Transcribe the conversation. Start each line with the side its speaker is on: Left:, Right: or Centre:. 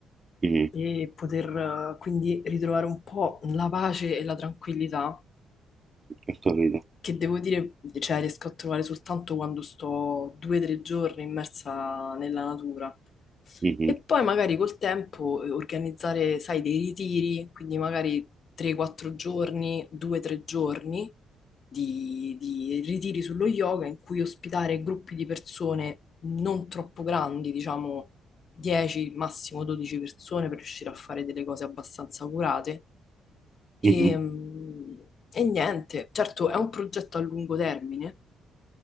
Right: mhm,
Left: e poter eh, quindi ritrovare un po' la pace e la tranquillità
Right: ho capito.
Left: che devo dire, cioè, riesco a trovare soltanto quando sto due o tre giorni immersa nella natura.
Right: Mhm.
Left: E poi magari col tempo eh, organizzare, sai, dei ritiri, quindi magari 3-4 giorni, 2-3 giorni di, di ritiri sullo yoga in cui ospitare gruppi di persone non troppo grandi, diciamo 10, massimo 12 persone per riuscire a fare delle cose abbastanza curate.
Right: Mh-mh.
Left: E, mm, e niente, certo è un progetto a lungo termine,